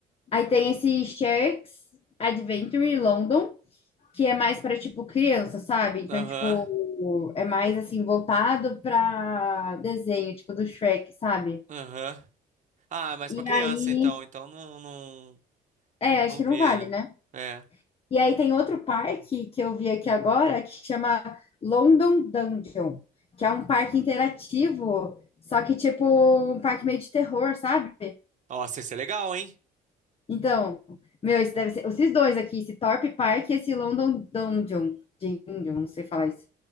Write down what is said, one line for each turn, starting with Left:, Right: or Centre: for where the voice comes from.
Left: Aí tem
Right: E-
Left: esse Sharks Adventure London, que é mais para tipo criança, sabe? Então,
Right: Aham,
Left: tipo, é mais assim voltado para desenho, tipo do Shrek, sabe?
Right: aham. Ah, mas
Left: E
Right: pra criança,
Left: aí,
Right: então. Então não, não,
Left: é, acho
Right: não
Left: que
Right: vira.
Left: não vale, né?
Right: É.
Left: E aí tem outro parque que eu vi aqui agora que chama London Dungeon, que é um parque interativo, só que tipo um parque meio de terror, sabe?
Right: Nossa, esse é legal, hein?
Left: Então, meu, esse deve ser esses dois aqui, esse Thorpe Park e esse London Dungeon, Dungeon, não sei falar isso.